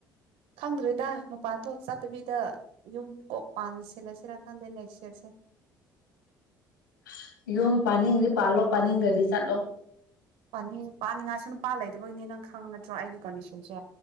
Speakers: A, on the right (about 55°); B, on the left (about 75°).
A: ꯈꯪꯗ꯭ꯔꯦꯗ ꯃꯄꯥꯟ ꯊꯣꯛ ꯆꯠꯇꯕꯤꯗ ꯌꯨꯝ ꯀꯣꯛ ꯄꯥꯟ ꯁꯜꯂꯁꯤꯔꯥ ꯈꯪꯗꯦ ꯅꯦꯛꯁ ꯌꯔꯁꯦ
B: <unintelligible> <unintelligible> ꯌꯨꯝ ꯄꯥꯅꯤꯡꯗꯤ ꯄꯥꯜꯂꯣ ꯄꯥꯅꯤꯡꯗꯔꯗꯤ ꯆꯠꯂꯣ
A: ꯄꯅꯤꯡ ꯄꯥꯅꯤꯡꯉꯥꯏꯁꯨ ꯅꯨꯄꯥꯥ ꯂꯩꯗꯕꯒꯤꯅꯤ ꯅꯪ ꯈꯪꯉꯤ ꯅꯠꯇ꯭ꯔꯣ ꯑꯩꯒꯤ ꯀꯣꯟꯗꯤꯁꯟꯁꯦ